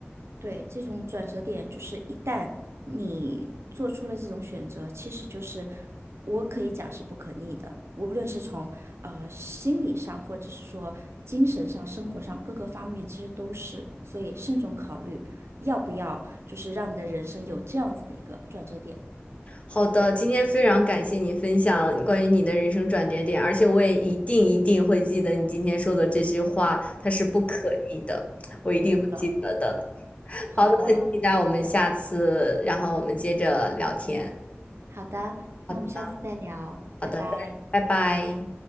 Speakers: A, on the right (about 70°); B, on the left (about 30°).
A: 对，这种转折点就是一旦你做出了这种选择，其实就是我可以讲是不可逆的，无论是从呃心理上，或者是说精神上、生活上各个方面，其实都是。所以慎重考虑要不要，就是让你的人生有这样子的一个转折点。
B: 好的，今天非常感谢你分享关于你的人生转折点，而且我也一定一定会记得你今天说的这句话，它是不可逆的，我一定会记得的。
A: 对的，好的，
B: 好的，很期待我们下次，然后我们接着聊天。
A: 好的，
B: 好的，
A: 那我们下次再聊，拜拜。
B: 好的，再拜拜。